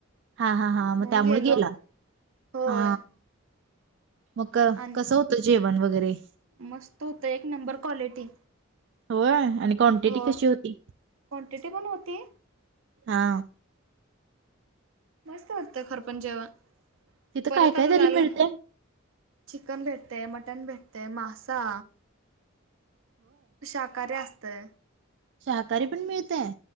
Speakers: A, on the right; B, on the right.
A: हा हा हा मग
B: म्हणून
A: त्यामुळे
B: गेलो
A: गेला
B: होय
A: हा मग
B: आणि
A: कसं होतं जेवण वगैरे
B: मस्त होतं एक नंबर क्वालिटी
A: होय आणि क्वांटिटी
B: हो
A: कशी होती
B: क्नटिटी कोण होती
A: हा
B: मस्त वाटत खरपण जेव्हा
A: तिथं
B: परत
A: काय
B: आता
A: काय तरी
B: झालं
A: मिळतंय
B: चिकन भेटतेय मटण भेटते ते मासा शाकाहारी असतेय
A: सहकारी पण मिळतेय